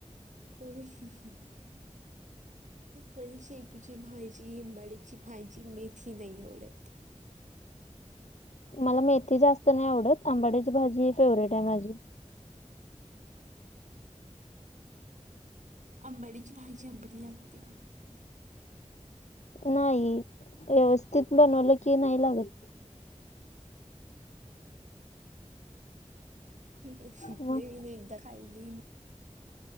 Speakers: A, on the right; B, on the left.
A: तशी <inaudible> मला शेपुची भाजी, अंबाडीची भाजी, मेथी नाही आवडत.
B: मला मेथी जास्त नाही आवडत. आंबाडीची भाजी ह फेवरेट आहे माझी-
A: अंबाड्याची भाजी आंबट लागत्या.
B: नाही व्यवस्थित बनवलं की नाही लागत.
A: नाही
B: मग
A: मी एकदा खाल्लेली.